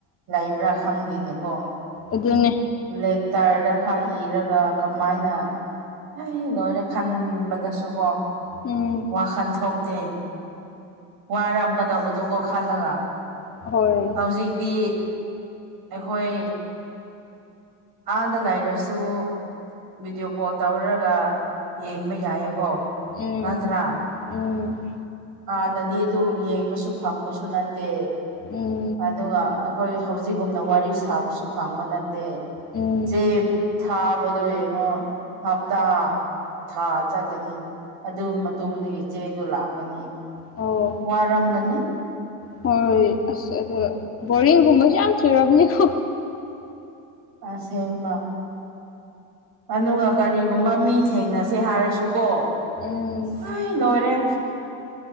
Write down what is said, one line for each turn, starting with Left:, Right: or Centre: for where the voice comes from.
Right: ꯂꯩꯕ꯭ꯔꯥ ꯈꯪꯗꯦꯅꯤꯀꯣ
Left: ꯑꯗꯨꯅꯦ
Right: ꯂꯦꯇꯔꯗ ꯈꯔ ꯏꯔꯒ ꯀꯃꯥꯏꯅ ꯑꯩ ꯂꯣꯏꯔꯦ ꯈꯟꯕꯗꯁꯨ ꯀꯣ
Left: ꯎꯝ
Right: ꯋꯥꯈꯜ ꯊꯣꯛꯇꯦ ꯋꯥꯔꯝꯒꯗꯕꯗꯨ ꯀꯣ ꯈꯜꯂꯒ
Left: ꯍꯣꯏ
Right: ꯍꯧꯖꯤꯛꯇꯤ ꯑꯩꯈꯣꯏ ꯑꯥꯗ ꯂꯩꯔꯁꯨ ꯚꯤꯗꯤꯑꯣ ꯀꯣꯜ ꯇꯧꯔꯒ ꯌꯦꯡꯕ ꯌꯥꯏꯌꯦꯀꯣ
Left: ꯎꯝ
Right: ꯅꯇ꯭ꯔꯥ
Left: ꯎꯝ
Right: ꯍꯥꯟꯅꯗꯤ ꯑꯗꯨ ꯌꯦꯡꯕꯁꯨ ꯐꯪꯕꯁꯨ ꯅꯠꯇꯦ
Left: ꯎꯝ
Right: ꯑꯗꯨꯒ ꯑꯩꯈꯣꯏ ꯍꯧꯖꯤꯛꯒꯨꯝꯅ ꯋꯥꯔꯤ ꯁꯥꯕꯁꯨ ꯐꯪꯕ ꯅꯠꯇꯦ
Left: ꯎꯝ
Right: ꯆꯦ ꯊꯥꯕꯗꯣ ꯌꯦꯡꯉꯣ ꯍꯞꯇꯥ ꯊꯥ ꯆꯠꯀꯅꯤ ꯑꯗꯨꯒꯤ ꯃꯇꯨꯡꯗꯒꯤ ꯏ ꯆꯦꯗꯣ ꯂꯥꯛꯀꯅꯤ
Left: ꯑꯣ
Right: ꯋꯥꯔꯝꯒꯅꯤ
Left: ꯍꯣꯏ ꯑꯁ ꯑꯗꯣ ꯕꯣꯔꯤꯡꯒꯨꯝꯕꯁꯨ ꯌꯥꯝ ꯆꯨꯔꯝꯅꯤꯀꯣ
Right: ꯑꯁꯦꯡꯕ ꯑꯗꯨꯒ ꯀꯔꯤꯒꯨꯝꯕ ꯃꯤ ꯊꯦꯡꯅꯁꯦ ꯍꯥꯏꯔꯁꯨꯀꯣ
Left: ꯎꯝ
Right: ꯍꯣꯏ ꯂꯣꯏꯔꯦ